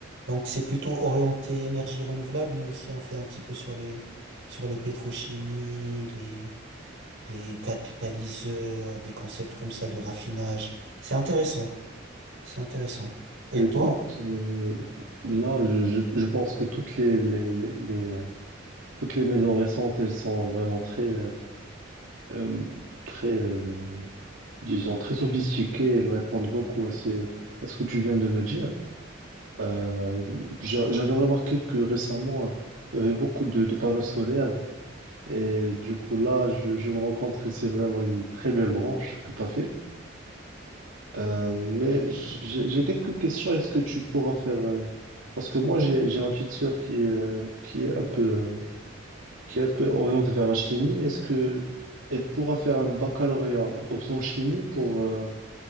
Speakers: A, on the right; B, on the right.
A: Donc c'est plutôt orienté énergie renouvelable, mais aussi on fait un petit peu sur les sur les pétrochimies, les les catalyseurs, des concepts comme ça de raffinage. C'est intéressant, c'est intéressant. Et
B: Écoute,
A: toi?
B: euh, là, je, je, je pense que toutes les, les, les, les, euh, toutes les maisons récentes, elles sont vraiment très, euh, euh, très, euh, disons, très sophistiquées. Elles répondent beaucoup à ces, à ce que tu viens de me dire. Euh, j'a- j'avais remarqué que récemment, euh, il y avait beaucoup de, de panneaux solaires Et du coup, là, je, je me rends compte que c'est vraiment une très belle branche que tu as fait. Euh, mais j'ai j'ai quelques questions. Est-ce que tu pourras faire... euh, Parce que moi, j'ai j'ai ma petite sœur qui, est, euh, qui est un peu, euh, qui est un peu orientée vers la chimie. Est-ce que elle pourra faire un baccalauréat option chimie pour, euh,